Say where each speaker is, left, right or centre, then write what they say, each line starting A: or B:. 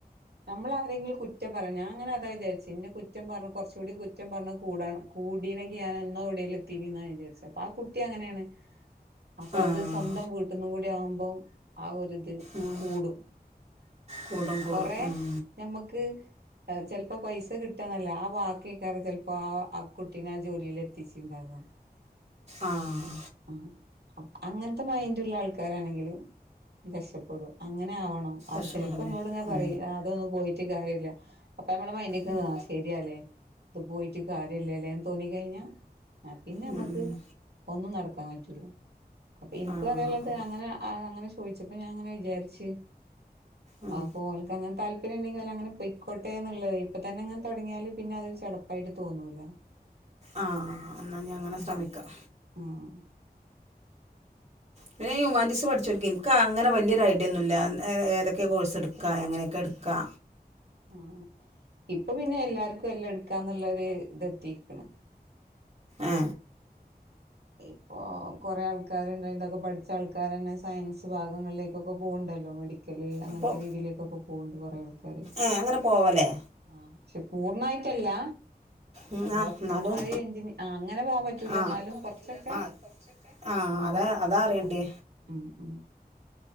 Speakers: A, on the right (about 85°); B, on the right (about 40°).
A: ഞമ്മളെ ആരെങ്കിലും കുറ്റം പറഞ്ഞ ഞാൻ അങ്ങനാ അതാ വിചാരിച്ചേ ഇങ്ങനെ കുറ്റം പറ കുറച്ചൂടി കുറ്റം പറഞ്ഞാ കൂടാ കൂടിനി ങ്കിൽ ഞാൻ എന്നോ എവിടേലും എത്തീനീന്നാ വിചാരിച്ചേ അപ്പൊ ആ കുട്ടി അങ്ങനെയാണ് അപ്പ
B: ആഹ്
A: അത് സ്വന്തം വീട്ടീന്നും കൂടി ആവുമ്പം ആ ഒരു ഇത്
B: ഉം
A: കൂടും
B: കൂടും കൂടും
A: കൊറേ
B: ഉം
A: ഞമ്മക്ക് അ ചിലപ്പോ പൈസ കിട്ടണില്ല ആ ബാക്കി കാര ചിലപ്പോ ആ ആ കുട്ടീനെ എത്തിച്ചിണ്ടാവോ
B: ആഹ്
A: ആഹ് അങ്ങെൻത്തെ മൈന്റ് ഇള്ള ആൾക്കാരാണെങ്കിൽ രക്ഷപ്പെടും അങ്ങനെ ആവെ അ അത്
B: വിഷമതല്ലേ
A: ചെൽപ്പം അമ്മളോട് ഇങ്ങെനെ
B: ഉം
A: പറിം അതൊന്നും പോയിട്ട് കാര്യ ഇല്ല അപ്പ അമ്മെളെ മൈന്റ്ക്ക്
B: ഉം
A: ശരിയാലെ ഇത് പോയിറ്റ് കാര്യ ഇല്ലലെന്ന് തോന്നി കഴിഞ്ഞാ ആ പിന്നെ അമ്മെക്ക്
B: ഉം
A: ഒന്നും നട്ക്കു മാറ്റു ഇല്ല അപ്പം ഇൻക്ക്
B: ആഹ്
A: പറയാ ഇള്ളെത് അങ്ങെനെ അയ് അങ്ങെനെ ചോയിച്ചെപ്പം ഞാ ഇങ്ങെനെ വിചാരിച്ച്
B: ഉം
A: ആപ്പൊ ഓൽക്ക് അങ്ങെനെ താല്പര്യം ഇണ്ടെങ്കി ഓൽ അങ്ങെനെ പൊയിക്കോട്ടെന്ന് ഇള്ളെതെയ് ഇപ്പ തെന്നെ ഇങ്ങെനെ തൊടങ്ങിയാല് പിന്നെ അതൊരു ചടപ്പായിട്ട് തോന്നൂലാ
B: ആഹ് എന്നാ ഞാൻ അങ്ങനെ ശ്രമിക്കാം
A: ആഹ്
B: പിന്നെ ഈ ഹുമാൻറ്റീസ് പഠിച്ചൊൽക്കെ ക്ക് അങ്ങെനെ വല്ലിയൊരു ഐഡിയ ഒന്നു ഇല്ല. ഏതെ ഏതെക്കെ കോഴ്സ് ഇട്ക്കാ, എങ്ങെനെക്കെ ഇട്ക്കാ
A: ആഹ് ആഹ് ഇപ്പ പിന്നെ എല്ലാര് ക്കും എല്ലെം ഇട്ക്കാന്ന് ഇള്ളൊര് ഇത് എത്തിക്ക്ണ്.
B: ഏ
A: ഇപ്പൊ കൊറെ ആൾക്കാര് ഇണ്ടായെത് <unintelligible> പ്പ പഠിച്ച ആൾക്കാരെന്നെ സയൻസ് ഭാഗങ്ങളിലെക്കൊക്കെ പോക് ഇണ്ടല്ലോ മെഡി ക്കെൽ അങ്ങെൻത്തെ
B: അപ്പോൾ
A: രീതിയിലെക്കൊക്കെ പോവ്ണ്ട് കൊറെ ആൾക്കാര്
B: ഏഹ് അങ്ങനെ പോവലേ
A: ആഹ് ക്ഷെ പൂർണായി ട്ട് അല്ല
B: ഉം
A: ഡോക്ടർമാര്
B: ആഹ് എന്നാലും
A: എൻജിനീ ആ അങ്ങനെ പോവാൻ പ റ്റുലാ
B: ആഹ്
A: ഇന്നാലും കൊർച്ചൊക്കെ
B: ആഹ് ആഹ്
A: നമുക്ക്
B: അതാ അതാ
A: എത്താൻ
B: അറിയണ്ടേ
A: പറ്റും ഉം ഉം